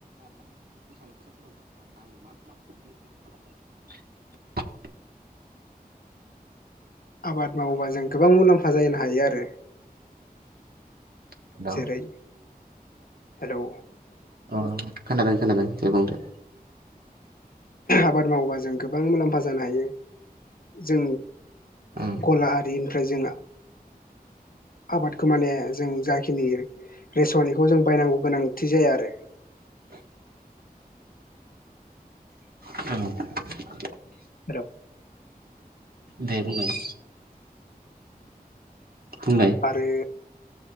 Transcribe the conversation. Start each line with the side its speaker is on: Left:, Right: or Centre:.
Right: <unintelligible> <unintelligible> <inaudible>
Left: आबाद मावोबा जों गोबां मुलाम्फा जानो हायो आरो।
Right: हेल'
Left: जेरै हेल'।
Right: अ खोनाादों खाादों दे बुंदे।
Left: आबाद मावोबा जों गोबां मुलाम्फा जानो हायो जों
Right: औ
Left: गला आरिनिफ्राय जों आबादखौ माने जों जाखिनि रेसन बेखौ जों बायनांगौ गोनांथि जाया आरो।
Right: <inaudible> औ।
Left: हेल'।
Right: दे बुंलाय। बुंलाय
Left: आरो